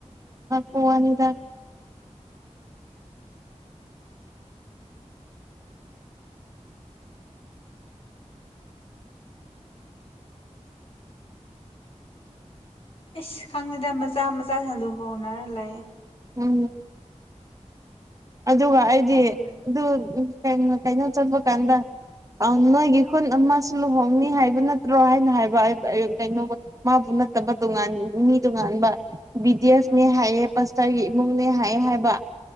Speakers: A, on the right; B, on the left.
A: ꯄꯥꯋꯥꯅꯤꯗ
B: ꯑꯩꯁ ꯈꯪꯗꯦꯗ ꯃꯆꯥ ꯃꯆꯥꯁꯤꯡꯅ ꯂꯨꯍꯣꯡꯅꯔ ꯂꯩ
A: ꯎꯝ ꯑꯗꯨꯒ ꯑꯩꯗꯤ
B: ꯇꯜꯂꯦꯍꯦ
A: ꯑꯗꯨ ꯀꯩꯅꯣ ꯆꯠꯄ ꯀꯥꯟꯗ ꯑꯪ ꯅꯣꯏꯒꯤ ꯈꯨꯟ ꯑꯃꯁꯨ ꯂꯨꯍꯣꯡꯅꯤ ꯍꯥꯏꯕ ꯅꯠꯇ꯭ꯔꯣ ꯍꯥꯏꯅ ꯍꯥꯏꯕ ꯀꯩꯅꯣ ꯃꯥ ꯄꯨꯟꯅ ꯅꯠꯇꯕ ꯇꯨꯡ ꯉꯥꯟ ꯃꯤ ꯇꯣꯒꯥꯟꯕ ꯕꯤꯗꯤ ꯑꯦꯁꯅꯦ
B: ꯎꯝ
A: ꯍꯥꯏꯑꯦ ꯄꯥꯁꯇꯔꯒꯤ ꯏꯃꯨꯡꯅꯦ ꯍꯥꯏꯑꯦ ꯍꯥꯏꯕ